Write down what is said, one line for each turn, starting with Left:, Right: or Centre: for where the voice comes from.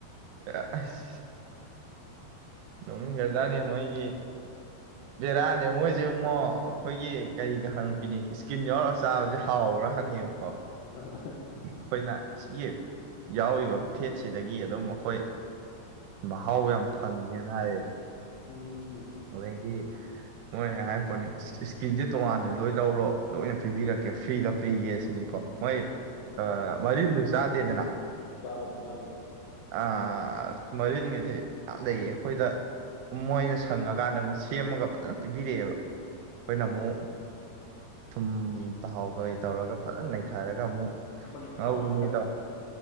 Right: ꯑ ꯑꯁ ꯅꯣꯛꯅꯤꯡꯒ꯭ꯔꯖꯥꯅꯦ ꯃꯣꯏꯒꯤ ꯕꯦꯔꯥꯅꯦ ꯃꯣꯏꯁꯦꯉꯣ ꯑꯩꯈꯣꯏꯒꯤ ꯒꯥꯔꯤꯒꯍꯥꯡ ꯄꯤꯅꯦ ꯏꯁꯀꯤꯟ ꯌꯥꯎꯔꯒ ꯆꯥꯕꯁꯦ ꯍꯥꯎꯔꯥ ꯍꯪꯉꯦꯕꯀꯣ
Left: ꯑꯥ
Right: ꯑꯩꯈꯣꯏꯅ ꯁꯤꯒꯤ ꯌꯥꯎꯔꯤꯕ ꯐꯦꯠꯁꯤꯗꯒꯤ ꯑꯗꯨꯝ ꯑꯩꯈꯣꯏ ꯃꯍꯥꯎ ꯌꯥꯝ ꯐꯪꯉꯦꯅ ꯍꯥꯏꯌꯦ
Left: ꯎꯝ
Right: ꯑꯗꯒꯤ <inaudible> ꯃꯣꯢ ꯍꯥꯢꯄꯣꯠꯅꯤ ꯀꯦꯖꯤ ꯇꯣꯉꯥꯟꯅ ꯂꯣꯏ ꯂꯧꯔꯣ ꯂꯣꯏꯅ ꯄꯤꯕꯤꯔꯛꯀꯦ ꯐ꯭ꯔꯤꯗ ꯄꯤꯒꯦ ꯁꯤ ꯅꯤꯀꯣ ꯃꯣꯏ ꯃꯔꯤꯟꯗꯨ ꯆꯥꯗꯦꯗꯅ
Left: ꯆꯥꯗꯕꯅꯤ ꯆꯥꯗꯕꯅꯤ
Right: ꯑ ꯃꯔꯤꯟꯒꯤꯗꯤ ꯌꯥꯝ ꯂꯩꯌꯦ ꯑꯩꯈꯣꯏꯗ ꯃꯣꯏꯅ ꯁꯪꯉꯛ ꯅꯪ ꯁꯦꯝꯃꯒ ꯐꯖꯅ ꯄꯤꯕꯤꯔꯛꯑꯦꯕ ꯑꯩꯈꯣꯏꯅꯃꯨꯛ
Left: ꯑꯣ
Right: ꯊꯨꯝ ꯊꯥꯎ ꯀꯩ ꯇꯧꯔꯒ ꯐꯖꯅ ꯅꯩꯈꯥꯏꯔꯒ ꯑꯃꯨꯛ
Left: ꯁꯦꯝꯕꯒꯤ ꯄꯩꯁꯥꯗꯤ
Right: ꯉꯧꯕꯤꯅꯤꯗꯣ
Left: ꯈꯔ